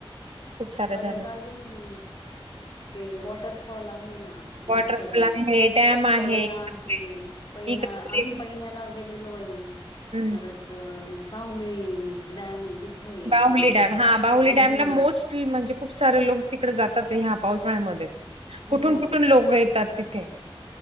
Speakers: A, on the right (about 80°); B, on the left (about 50°).
A: खूप सारे
B: परत
A: धरण
B: अजून अ ते वॉटरफॉल आहे ना
A: वॉटरफॉल
B: धबधबे
A: आहे, डॅम आहे,
B: पैना
A: इगतपुरी
B: हे पैना
A: इगतपुरी
B: आम्ही पैण्याला गेलेलो आहे
A: हं.
B: परत तर पाहुले डॅम आहे तिथं आहे
A: बाहुली
B: परत
A: डॅम हा बाहुली
B: हम्म
A: डॅमला मोस्ट म्हणजे खूप सारे लोक तिकडे जातात ह्या पावसाळ्यामध्ये.
B: हम्म
A: कुठून कुठून लोक येतात तिथे.